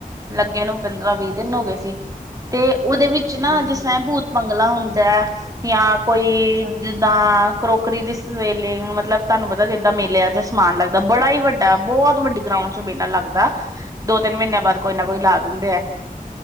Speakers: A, on the right (about 25°); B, on the right (about 65°).
A: ਲੱਗਿਆਂ ਨੂੰ ਪੰਦਰਾਂ ਵੀਹ
B: ਅੱਛਾ
A: ਦਿਨ ਹੋ
B: ਜੀ
A: ਗਏ ਸੀ, ਤੇ ਉਹਦੇ ਵਿੱਚ ਨਾ
B: ਹਮ ਹਮ
A: ਜਿਸ ਤਰ੍ਹਾਂ ਭੂਤ ਬੰਗਲਾ ਹੁੰਦਾ <unintelligible> ਕੋਈ
B: ਹਾਂਜੀ
A: ਜਿੱਦਾਂ ਕਰੋਕਰੀ ਦੀ ਸ ਸਵੇਲਿੰਗ ਮਤਲਬ ਤੁਹਾਨੂੰ ਪਤਾ ਜਿੱਦਾਂ ਮੇਲਿਆਂ ਚ ਸਮਾਨ ਲੱਗਦਾ ਬੜਾ ਹੀ ਵੱਡਾ ਬਹੁਤ ਵੱਡੀ ਗਰਾਊਂਂਡ ਚ ਮੇਲਾ ਲੱਗਦਾ। ਦੋ ਤਿੰਨ ਮਹੀਨਿਆਂ ਬਾਅਦ ਕੋਈ ਨਾ
B: ਹਾਂ
A: ਕੋਈ
B: ਹਾਂ
A: ਲਾ ਦਿੰਦੇ ਹੈ